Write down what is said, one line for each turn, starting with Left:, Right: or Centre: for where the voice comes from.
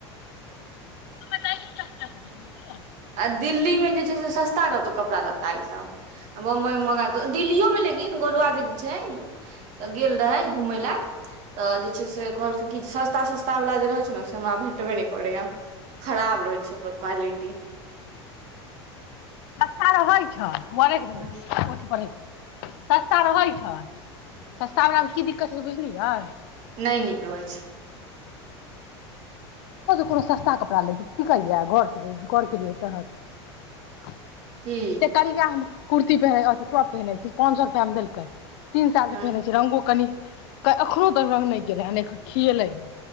Left: <unintelligible>
Right: आ दिल्लीमे जे छै से सस्ता रहतौ कपड़ा लत्ता ईसभ बम्बई मे महंग दिल्लियो लेकिन गोलू आ छै छै त गेल तय घुमे लय तऽ जे छै से कहलकइ की जे सस्ता सस्ता सस्ता वालला जे रहै छै ने से हमरा भेटबे नहि करैया खराब रहै छै ओकर क्वालिटी
Left: सस्ता रहै छ बरे रहठ
Right: हूँ
Left: पे सस्ता रहै छ सस्तामे की आव कि दिक्कत छै बुझलियै
Right: नहि नीकलै छै
Left: कोनो सस्ता कपड़ा लै छै तऽ की करियै घरसँ घरकेेलियै तहत
Right: की
Left: ते करिया हम कुर्ती प अथी टॉप पहिनै छी पाच सए रुपआ मे देलकै तीन साल
Right: हूँ
Left: से पहिनै छै रंगगो कनि एखनो तक रग नहि गेलै हन खियएलै हन